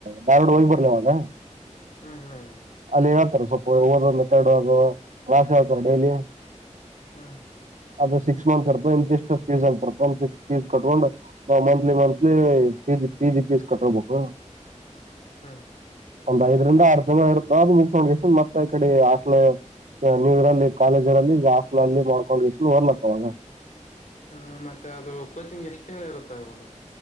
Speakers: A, on the right (about 75°); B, on the left (about 70°).
A: ಧಾರವಾಡ. ಹೋಗಿ ಬರ್ಲಿ ಆವಾಗ
B: ಹ್ಮ್ ಹ್ಮ್
A: ಅಲ್ಲಿ ಹೇಳ್ತಾರ ಸ್ವಲ್ಪ. ಮಾತಡುದು ಕ್ಲಾಸ್ ಹೇಳ್ತರ ಡೈಲಿ.
B: ಹ್ಮ್.
A: ಅದು ಸಿಕ್ಸ್ ಮಂತ್ ಇರ್ತಾದ ಇಂತ ಇಷ್ಟ ಫೀಸ್ ಅಂತ ಇರ್ತಾದ ಫೀಸ್ ಕಟ್ಕೊಂಡು ನಾವು monthly monthly. PG PG fees ಕಟ್ಬೇಕು.
B: ಹ್ಮ.
A: ಒಂದ್ ಐದರಿಂದ ಆರ್ ತಿಂಗಳ ಇರ್ತಾದ ಅದು ಮುಗಸ್ಕೆಂಡು ಗೆಸಿ ಮತ್ತ ಈ ಕಡೆ ಹಾಸ್ಟ್ಲ. ಇವಾಗ ನೀವು ಇರಲ್ಲಿ ಕಾಲೇಜರಲ್ಲಿ ಈಗ ಹಾಸ್ಟಲ ಅಲ್ಲಿ ಮಾಡ್ಕೊಂಡಗೆಸಿ ಒದ್ಲಾಕ್ ಆವಾಗ.
B: ಹ್ಮ ಮತ್ತೆ ಅದು ಕೋಚಿಂಗ್ ಎಷ್ಟ್ ತಿಂಗಳು ಇರುತ್ತ ಇವಾಗ.